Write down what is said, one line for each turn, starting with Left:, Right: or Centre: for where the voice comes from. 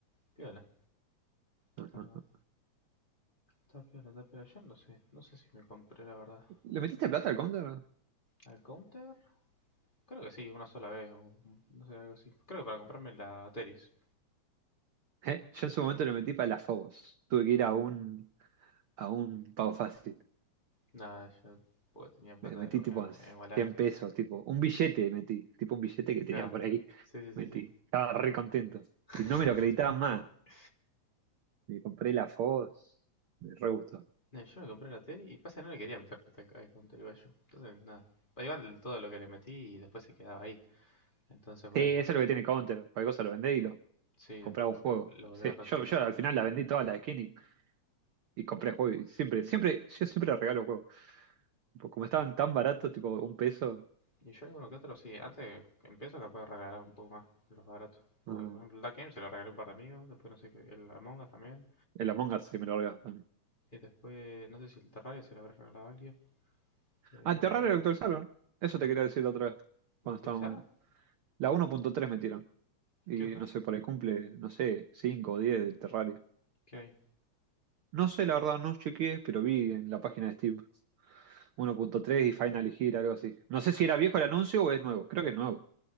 Left: Piola.
Right: <laughs>
Left: Está, está piola, está piola. Yo no sé. No sé si me compré la verdad
Right: ¿Le
Left: el
Right: metiste
Left: pase.
Right: plata al counter?
Left: ¿Al counter? Creo que sí, una sola vez. O, no sé, algo así. Creo que para comprarme la Teris.
Right: Eh, yo en su momento le metí para las Fobos. Tuve que ir a un a un pago fácil.
Left: Nada, yo porque tenía plata
Right: Me metí
Left: de-
Right: tipo
Left: en, en Wallah.
Right: 100 pesos, tipo un billete metí, tipo un billete que tenía
Left: Claro.
Right: por ahí,
Left: Sí, sí,
Right: metí.
Left: sí,
Right: Estaba re contento.
Left: sí.
Right: Y no me lo acreditaban
Left: <laughs>
Right: más. Me compré la FOS, me re gustó.
Left: No, yo me compré la tele y pasa no le quería meter plata al- counter igual yo. Entonces, nada. Igual todo lo que le metí y después se quedaba ahí. Entonces, bueno.
Right: Sí, eso es lo que tiene Counter. Cualquier cosa lo vendés y lo
Left: Sí,
Right: compraba
Left: después lo,
Right: un juego.
Left: lo volví
Right: Sí,
Left: a reutilizar.
Right: yo, yo al final la vendí toda la skin y, y compré juego Y siempre, siempre, yo siempre regalo juegos. Tipo, como estaban tan baratos, tipo un peso,
Left: Y yo alguno que otro, sí, antes que empiezo capaz de regalar un poco más los baratos. Porque,
Right: mm,
Left: por ejemplo, el Dark Game se lo regalé a un par de amigos, después no sé qué, el Among Us también.
Right: el Among Us se me lo regaló también.
Left: Y después, no sé si el Terraria se lo habrá regalado a alguien. Eh,
Right: Ah, te raro lo actualizaron. Eso
Left: ¿lo,
Right: te quería decir la otra vez,
Left: lo
Right: cuando
Left: actualizaron?
Right: estábamos. La 1.3 metieron. Y
Left: ¿Qué onda?
Right: no sé, por ahí cumple, no sé, 5 o 10 del Terraria.
Left: ¿Qué hay?
Right: No sé, la verdad, no chequeé, pero vi en la página de Steam 1.3 y Final Gear, algo así. No sé si era viejo el anuncio o es nuevo. Creo que es nuevo.